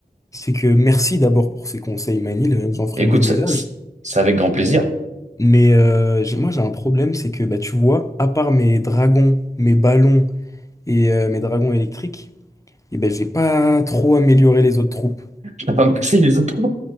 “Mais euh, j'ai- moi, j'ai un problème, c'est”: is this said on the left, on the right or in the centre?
Left